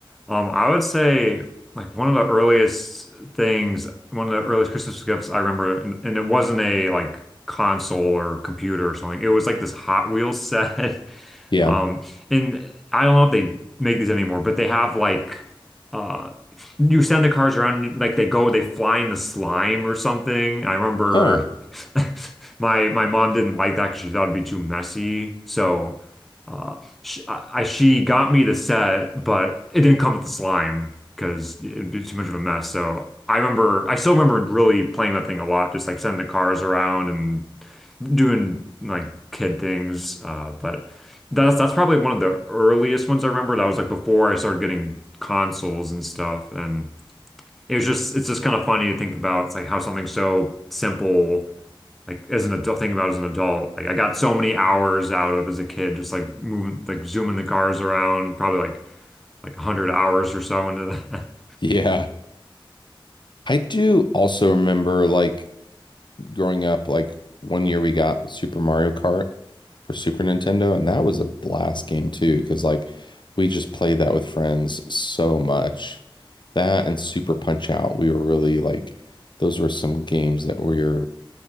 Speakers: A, in the centre; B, on the left (about 55°).
A: Um, I would say like one of the earliest things, one of the earliest Christmas gifts I remember, and, and it wasn't a like console or computer or something. It was like this Hot Wheels set. <laughs>
B: Yeah.
A: Um, and I don't know if they make these anymore, but they have like uh you send the cars around like they go they fly in the slime or something. I remember
B: Huh.
A: <laughs> my my mom didn't like that because she thought it'd be too messy. So uh she, I, she got me the set, but it didn't come with the slime because it'd be too much of a mess. So I remember I still remember really playing that thing a lot, just like sending the cars around and doing like kid things. Uh, but that's that's probably one of the earliest ones I remember. That was like before I started getting consoles and stuff. And it was just it's just kind of funny to think about. It's like how something so simple, like as an adult, think about as an adult. Like I got so many hours out of as a kid, just like moving, like zooming the cars around, probably like like 100 hours or so into that. <laughs>
B: Yeah. I do also remember like growing up, like one year we got Super Mario Kart for Super Nintendo, and that was a blast game too, because like we just played that with friends so much. That and Super Punch Out, we were really like, those were some games that we were